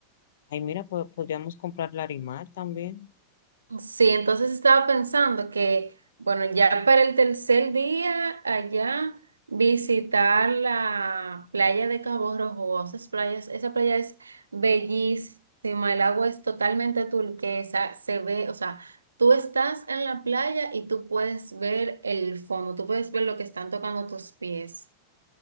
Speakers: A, on the left (about 60°); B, on the right (about 75°).
A: Ay, mira, po- podríamos comprar Larimar también.
B: Sí, entonces estaba pensando que, bueno, ya para el tercer día allá visitar la playa de Cabo Rojo, esas playas, esa playa es bellísima, el agua es totalmente turquesa, se ve, o sea, tú estás en la playa y tú puedes ver el fondo, tú puedes ver lo que están tocando tus pies.